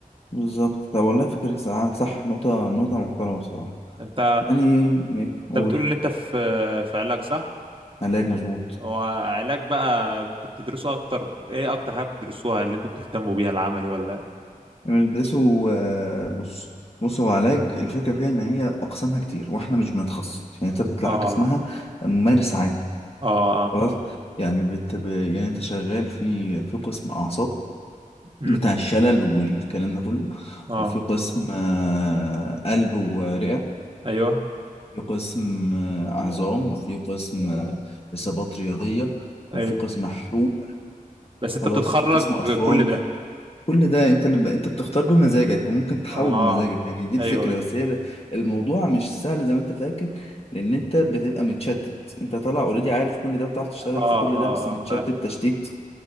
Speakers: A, on the left (about 45°); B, on the right (about 40°).
A: بالظبط طب والله فكرة صح صح، نقطة نقطة محترمة بصراحة
B: انت
A: يعني ماشي، قول
B: انت بتقول ان انت في في علاج صح
A: علاج مظبوط
B: هو علاج بقى انت بتدرسه اكتر ايه اكتر حاجه بتدرسوها اللي انتوا بتهتموا بيها العملي ولا إيه؟
A: بيلبسوا آه، بص بص هو علاج الفكرة فيها إن هي أقسامها كتير وإحنا مش بنتخصص يعني أنت بتطلع
B: اه
A: حاجة اسمها ممارس عام
B: اه اه
A: خلاص يعني بت... ب- يعني أنت شغال في في قسم أعصاب
B: امم
A: بتاع الشلل والكلام ده كله
B: اه
A: وفي قسم آه، قلب ورئة
B: ايوه
A: في قسم آه، عظام وفي قسم آه، إصابات رياضية
B: ايوه
A: وفي قسم حروق
B: بس انت
A: خلاص
B: بتتخرج
A: وفي قسم أطفال
B: كل ده
A: كل ده أنت اللي ب... أنت بتختار بمزاجك وممكن تحول
B: اه
A: بمزاجك يعني دي الفكرة
B: ايوه ايوه
A: بس هي ده- الموضوع مش سهل زي ما أنت فاكر لأن أنت بتبقى متشتت أنت طالع أوريدي عارف كل ده بتعرف تشتغل
B: اه
A: في كل
B: اه
A: ده بس متشتت
B: اه فاهم.
A: تشتيت